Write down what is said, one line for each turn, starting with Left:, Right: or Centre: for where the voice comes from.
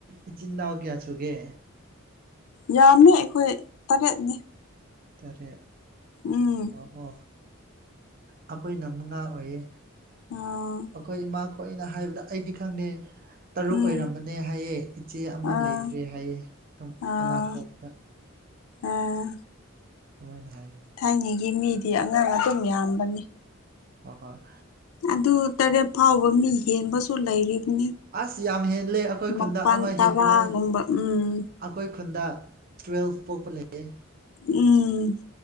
Right: ꯏꯆꯤꯟ ꯏꯅꯥꯎ ꯀꯌꯥ ꯁꯨꯒꯦ
Left: ꯌꯥꯝꯃꯦ ꯑꯩꯈꯣꯏ ꯇꯔꯦꯠꯅꯤ
Right: ꯇꯔꯦꯠ
Left: ꯎꯝ
Right: ꯑꯣ ꯍꯣ ꯑꯩꯈꯣꯏꯅ ꯃꯉꯥ ꯑꯣꯏꯌꯦ
Left: ꯑꯣ
Right: ꯑꯩꯈꯣꯏ ꯏꯃꯥ ꯈꯣꯏ ꯑꯅ ꯍꯥꯏꯕꯗ ꯑꯩꯗꯤ ꯈꯪꯗꯦ ꯇꯔꯨꯛ
Left: ꯎꯝ
Right: ꯑꯣꯏꯔꯝꯕꯅꯦ ꯍꯥꯏꯌꯦ ꯏꯆꯦ ꯑꯃ
Left: ꯑꯥ
Right: ꯂꯩꯇ꯭ꯔꯦ ꯍꯥꯏꯌꯦꯦ ꯑꯗꯨꯝ
Left: ꯑꯥ
Right: ꯑꯉꯥꯡ ꯄꯣꯛꯄꯗ
Left: ꯑꯥ
Right: ꯑꯗꯨꯃꯥꯏꯅ ꯍꯥꯏ
Left: ꯊꯥꯏꯅꯒꯤ ꯃꯤꯗꯤ ꯑꯉꯥꯡ ꯑꯗꯨꯝ ꯌꯥꯝꯕꯅꯤ
Right: ꯑꯗꯨꯒꯣꯏ
Left: ꯑꯗꯨ ꯇꯔꯦꯠ ꯐꯥꯎꯕ ꯃꯤ ꯌꯦꯦꯟꯕꯁꯨ ꯂꯩꯔꯤꯕꯅꯤ
Right: ꯑꯁ ꯌꯥꯝ ꯍꯦꯜꯂꯦ ꯑꯩꯈꯣꯏ
Left: ꯃꯄꯜ
Right: ꯈꯨꯟꯗ ꯑꯃ
Left: ꯇꯔꯥꯒꯨꯝꯕ
Right: ꯍꯦꯜꯂꯨꯔꯦ
Left: ꯎꯝ
Right: ꯑꯩꯈꯣꯏ ꯈꯨꯟꯗ ꯇꯨꯌꯦꯦꯜꯐ ꯄꯣꯛꯄ ꯂꯩꯌꯦ
Left: ꯎꯝ